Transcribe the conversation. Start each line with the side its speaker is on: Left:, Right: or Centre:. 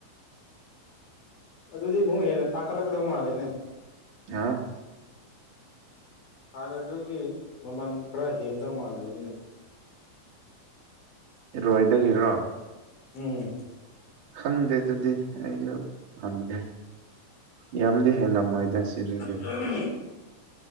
Left: ꯑꯗꯨꯗꯤ ꯑꯃꯨꯛ ꯍꯦꯟꯅ ꯇꯥꯡꯈꯠꯂꯛꯀꯗꯕ ꯃꯥꯜꯂꯦꯅꯦ
Right: ꯑ
Left: ꯍꯥꯟꯅꯗꯨꯒꯤ ꯃꯃꯜ ꯈꯔ ꯍꯦꯟꯗꯧ ꯃꯥꯜꯂꯦꯕ ꯑꯗꯨꯅ
Right: ꯔꯣꯏꯗꯗꯒꯤꯔꯣ
Left: ꯎꯝ
Right: ꯈꯪꯗꯦ ꯑꯗꯨꯗꯤ ꯑꯩꯁꯨ ꯍꯪꯗꯦ ꯌꯥꯝꯗꯤ ꯍꯦꯜꯂꯝꯃꯣꯏꯗ ꯁꯤꯗꯗꯤ
Left: ꯎꯝ